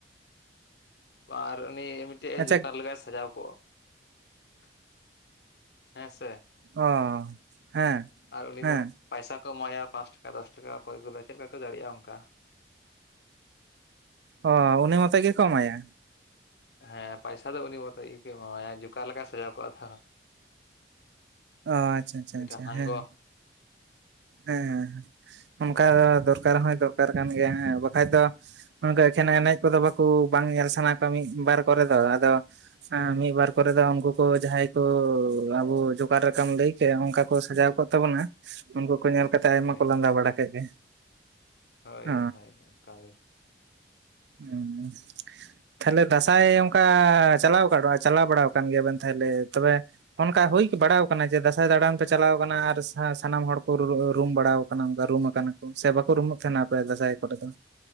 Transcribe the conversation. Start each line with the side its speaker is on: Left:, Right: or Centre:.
Left: ᱟᱨ ᱩᱱᱤ ᱢᱤᱫᱴᱮᱡ
Right: ᱟᱪᱪᱷᱟ
Left: ᱡᱚᱠᱟᱨ ᱞᱮᱠᱟᱭ ᱥᱟᱡᱟᱣ ᱠᱚᱜᱼᱟ <unintelligible> ᱦᱮᱸ ᱥᱮ
Right: ᱚ <unintelligible> ᱦᱮᱸ <unintelligible>
Left: ᱟᱨ ᱩᱱᱤ
Right: ᱦᱮᱸ
Left: ᱫᱚ ᱯᱟᱭᱥᱟ ᱠᱚ ᱮᱢᱟᱭᱟ ᱯᱟᱸᱪ ᱴᱟᱠᱟ ᱫᱚᱥ ᱴᱟᱠᱟ ᱚᱠᱚᱭ ᱠᱚᱫᱚ ᱪᱮᱫ ᱞᱮᱠᱟ ᱠᱚ ᱫᱟᱲᱮᱭᱟᱜᱼᱟ ᱚᱱᱠᱟ
Right: ᱚ ᱩᱱᱤ ᱢᱚᱛᱚ ᱜᱮᱠᱚ ᱮᱢᱟᱭᱟ
Left: ᱦᱮᱸ ᱯᱚᱭᱥᱟ ᱫᱚ ᱩᱱᱤ ᱢᱚᱛᱚ ᱜᱮᱠᱚ ᱮᱢᱟᱣᱟᱭᱟ ᱡᱚᱠᱟᱨ ᱞᱮᱠᱟᱭ ᱥᱟᱡᱟᱣ ᱠᱚᱜᱼᱟ ᱛᱚ
Right: ᱚ ᱟᱪᱪᱷᱟ ᱟᱪᱪᱷᱟ
Left: ᱢᱤᱫᱴᱟᱝ
Right: ᱟᱪᱪᱷᱟ᱾
Left: ᱦᱟᱝᱜᱚ
Right: ᱦᱮᱸ ᱦᱮᱸ <unintelligible> ᱚᱱᱠᱟ
Left: ᱦᱳᱭ
Right: ᱫᱚ ᱫᱚᱨᱠᱟᱨ ᱦᱚᱸᱭ ᱫᱚᱨᱠᱟᱨ ᱠᱟᱱ ᱜᱮᱭᱟ ᱦᱮᱸ ᱵᱟᱠᱷᱟᱡ ᱫᱚ ᱚᱱᱠᱟ ᱮᱠᱷᱮᱱᱟ ᱮᱱᱮᱡ ᱠᱚᱫᱚ ᱵᱟᱠᱚ ᱵᱟᱝ ᱧᱮᱞ ᱥᱟᱱᱟ ᱠᱚᱣᱟ ᱢᱤᱫ ᱵᱟᱨ ᱠᱚᱨᱮ ᱫᱚ ᱟᱫᱚ ᱦᱮᱸ ᱢᱤᱫ ᱵᱟᱨ ᱠᱚᱨᱮ ᱫᱚ ᱩᱱᱠᱩ ᱠᱚ ᱡᱟᱦᱟᱸᱭ ᱠᱚ ᱟᱵᱚ ᱡᱚᱠᱟᱨ ᱟᱠᱟᱢ ᱞᱟᱹᱭ ᱚᱱᱠᱟ ᱠᱚ ᱥᱟᱡᱟᱣ ᱠᱚᱜ ᱛᱟᱵᱚᱱᱟ ᱩᱱᱠᱩ ᱠᱚ ᱧᱮᱞ ᱠᱟᱛᱮᱜ ᱟᱭᱢᱟ
Left: ᱦᱳᱭ
Right: ᱠᱚ ᱞᱟᱸᱫᱟ ᱵᱟᱲᱟ ᱠᱮᱫ ᱜᱮ
Left: ᱦᱳᱭ
Right: ᱚ
Left: ᱦᱳᱭ ᱚᱱᱠᱟ ᱜᱮ
Right: ᱦᱩᱸ ᱛᱟᱦᱞᱮ ᱫᱟᱸᱥᱟᱭ ᱚᱱᱠᱟ ᱪᱟᱞᱟᱣ <unintelligible> <unintelligible> ᱵᱟᱲᱟ ᱟᱠᱟᱱ ᱜᱮᱭᱟᱵᱮᱱ ᱛᱟᱦᱚᱞᱮ ᱛᱚᱵᱮ ᱚᱱᱠᱟ ᱦᱩᱭ ᱵᱟᱲᱟᱣ ᱟᱠᱟᱱᱟ ᱡᱮ ᱫᱟᱸᱥᱟᱭ ᱫᱟᱬᱟᱱ ᱯᱮ ᱪᱟᱞᱟᱣ ᱟᱠᱟᱱᱟ ᱟᱨ ᱥᱟᱱᱟᱢ ᱦᱚᱲ ᱠᱚ ᱨᱩᱢ ᱵᱟᱲᱟᱣ ᱚᱱᱠᱟ ᱨᱩᱢ ᱟᱠᱟᱱᱟ ᱠᱚ ᱥᱮ ᱵᱟᱠᱚ ᱨᱩᱢᱚᱜ ᱛᱟᱦᱮᱱᱟ ᱟᱯᱮ ᱫᱟᱸᱥᱟᱭ ᱠᱚᱨᱮ ᱫᱚ